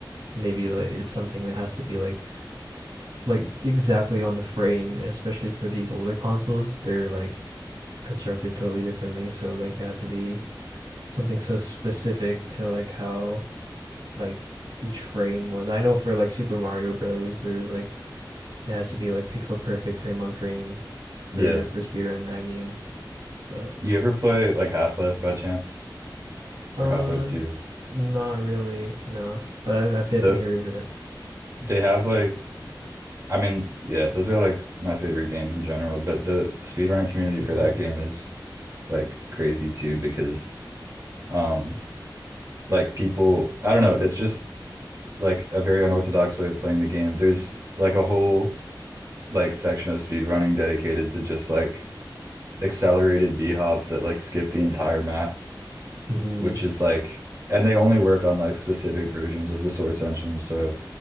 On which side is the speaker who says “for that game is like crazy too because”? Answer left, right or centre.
Right